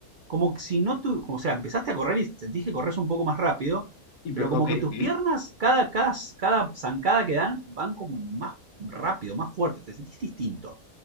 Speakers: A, on the right; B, on the left.
A: Como que si no tú, como o sea, empezaste a correr y sentís que corres un poco más rápido,
B: Y, pero-
A: pero como
B: ok,
A: que tus
B: ok.
A: piernas, cada, cada, cada zancada que dan, van como más rápido, más fuerte, te sentís distinto.